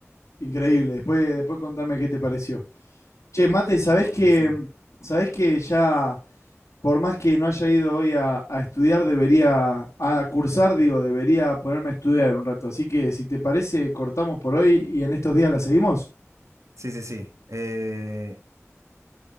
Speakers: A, on the left (about 80°); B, on the right (about 80°).
A: Increíble. Después, después contame qué te pareció. Che, Mate, ¿sabés que,
B: Sí, sí, sí.
A: sabés que ya por más que no haya ido hoy a, a estudiar, debería, a cursar, digo, debería ponerme a estudiar un rato. Así que si te parece, cortamos por hoy y en estos días la seguimos.
B: Sí, sí, sí. Eh,